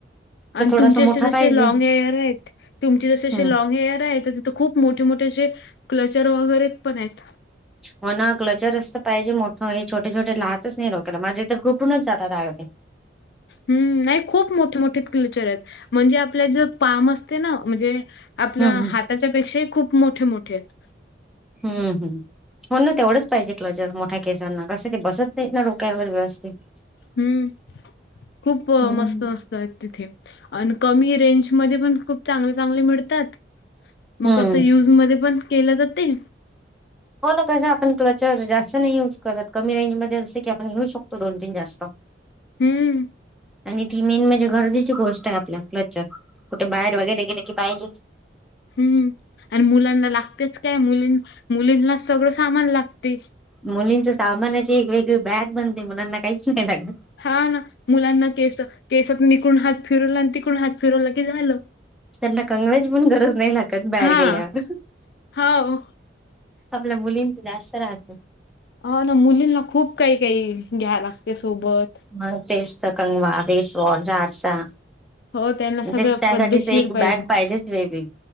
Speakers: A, in the centre; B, on the left (about 60°).
A: तर
B: आणि
A: थोडासा
B: तुमचे
A: मोठा
B: असे जसे
A: पाहिजे
B: लँग हेअरेत, तुमचे जसे असे
A: हम्म
B: लॉग हेअरेत, तिथ खूप मोठ मोठे मोठे जे क्लचर वगैरे पणेत.
A: हो ना कल्चर रस्त पाहिजे मोठं हे छोटे छोटे राहतच नाही डोकेला माजे तर रुटूनच जातात. <inaudible>
B: हम्म नाही खूप मोठे मोठे क्लचरेत म्हणजे आपल्या ज पाम असते ना, म्हणजे आपल्या
A: हम्म हम्म
B: हाताच्या पेक्षाही खूप मोठे मोठेत
A: हम्म हम्म. हो ना तेवढंच पाहिजे क्लोजर मोठ्या केसांना कसं ते बसत नाहीत ना डोक्यावर व्यवस्थित
B: हम्म
A: <inaudible>
B: खूप
A: हम्म
B: मस्त असतय तिथे आणि कमी रेंजमध्ये पण खूप चांगले चांगले मिळतात मगं
A: हम्म
B: युज मध्ये पण केलं जाते
A: हो ना तसं आपण क्लचर जास्त नाही युज करत कमी रेंज मध्ये असं की आपण घेऊ शकतो दोन तीन जास्त. ब
B: हम्म
A: <inaudible> आणि ती मेन म्हणजे गरजेची गोष्ट आहे आपल्या कच्च कुठे बाहेर वगैरे गेर की पाहिजेच
B: हम्म आणि मुलांना लागतेच काय मुलीं मुलींना सगळं सामान लागते
A: मुलींच्या सामानाची एक वेगळी बॅग बनते मुलांना काहीच नाही. लागत
B: हा ना मुलांना केस केसात निकून हात फिरवला आणि तिकड हात फिरवला की झालं.
A: त्यांना कंगवेची पण गरज नाही लागत बाहेर
B: हा
A: गेल्यावर.
B: हो
A: आपल्या मुलींच जास्त राहत
B: हो ना मुलींना खूप काही काही घ्या लागते सोबत
A: मग तेच तर कंगवा, फेस वॉश, आरसा
B: हो त्यांना
A: त्यासाठीच
B: सगळं पद्धशीर
A: एक
B: पाहिजे.
A: बॅग पाहिजेच वेगळी